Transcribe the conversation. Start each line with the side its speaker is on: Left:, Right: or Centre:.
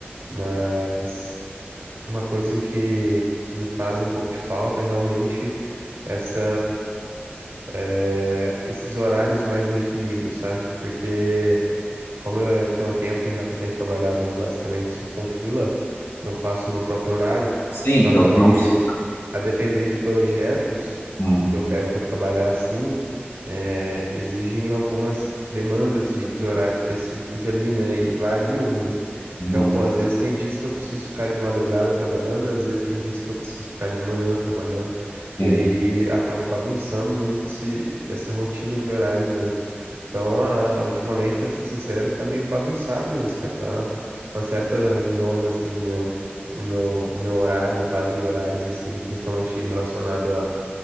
Right: mas Uma coisa que, que me faz um pouco de falta é realmente essa, eh, esses horários mais definidos, sabe? Porque como eu tenho um tempo já que eu tenho trabalhado basicamente só com freela, eu faço meu próprio horário,
Left: Sim,
Right: só
Left: então
Right: que
Left: tu não precisa.
Right: a depender de projetos
Left: Hum,
Right: que eu pego para trabalhar assim, eh, exigem algumas demandas de, de horários específicos ali, né? E variam muito.
Left: uhum,
Right: Então, pô, às vezes tem dias que eu preciso ficar de madrugada trabalhando, às vezes tem dias que eu preciso ficar de manhã trabalhando,
Left: sim.
Right: e aí acaba bagunçando muito esse, essa rotina de horários mesmo. Então, ah, ultimamente, pra ser sincero, tá meio bagunçado mesmo, cara. Tá uma certa zona, assim, meu, o meu, o meu horário, meu quadro de horários, assim, principalmente relacionado a-